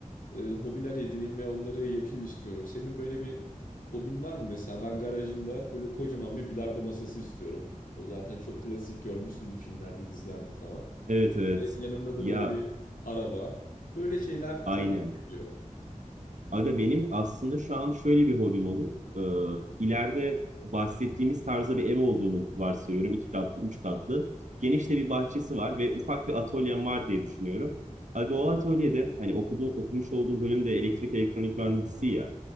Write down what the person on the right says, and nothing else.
Evet evet.
Ya
aynen.
Aga benim aslında şu an şöyle bir hobim olur. Ee, ileride bahsettiğimiz tarzda bir ev olduğunu varsayıyorum. İki katlı, üç katlı. Geniş de bir bahçesi var ve ufak bir atölyem var diye düşünüyorum. Aga o atölyede hani okuduğum, okumuş olduğum bölüm de elektrik elektronik mühendisi ya